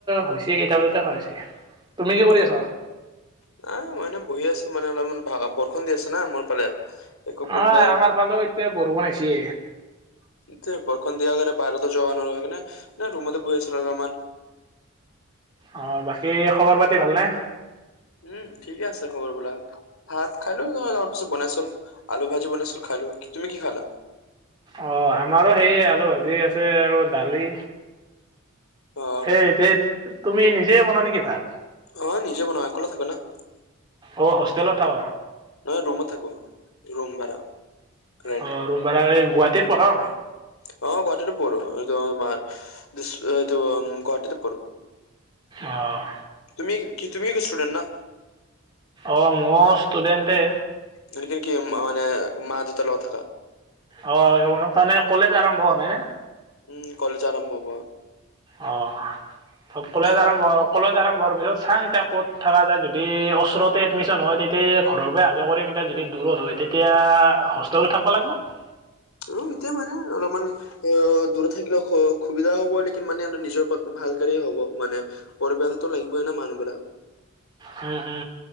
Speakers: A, on the right; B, on the left.
A: হৈছে কেইটা বজাতে খাৱা হৈছে তুমি কি কৰি আছ?
B: অ নাই। মই এনে বহি আছো মানে অলপমান ভা বৰষণ দি আছে না মোৰ ফালে একো কৰিব
A: অ আমাৰ ফালেও এতিয়া বৰষুণ আইছে
B: <unintelligible> ইটোৱে বৰষন দিয়াকাৰে বাইৰতো জোৱা নোৱাৰো সেকাণে ৰুমতে বহ আছো লমান
A: অ', বাকী খবৰ পাতি ভালনে
B: উম ঠিকে আছে খবৰ বোলাক ভাত খালো তাৰ পিছত বনাইচোন আলু ভাজি বনাইছিলো খালো তুমি কি খালা
A: অ আমাৰো সেইয়ে আলু ভাজি আছে আৰু দালি।
B: অ
A: দে এতে তুমি নিজেই বনা নেকি ভাত
B: অ নিজে বনোৱা একলে থাকো না
A: অ হোষ্টেলত থাক
B: নহ ৰুমত থাকো ৰুম ভাৰা ৰেন্ট
A: অঁ ৰুম ভাড়া এই গুৱাহাটীত পঢ়
B: অ অ গুৱাহাটীতে পৰো এটো মাৰ দিছ এইটো গুৱাহাটীতে পঢ়ো
A: অঁ
B: তুমি কি তুমিও ষ্টুডেণ্ট না
A: অ', মোঅ ষ্টুডেণ্টে
B: <unintelligible> মানে মা দেতা লগত থাকা
A: অ তনে কলেজ আৰম্ভ হৱা নাই না
B: উম কলেজ আৰম্ভ হ'ব আৰ
A: অ সক কলেজ আৰম্ভ
B: আপ-
A: হক কলেজ আৰম্ভৰ পিছত চাং এতিয়া ক'ত থাকা যায় যদি অচৰতে এডমিশ্যন হয় তেতিয়ে ঘৰৰ পৰা অহা যোৱা কৰিম এতিয়া যদি দূৰত হয় তেতিয়া হোষ্টেলত থাকবা লাগব
B: অ এতিয়া মানে অলমান অ দূৰত থাকিলেও স সুবিধা হ'ব নেকি মানে নিজৰ পক ভালকাৰে হ'ব মানে পৰিৱেশতো লাগিবই না মানুহবিলাক।
A: হা হা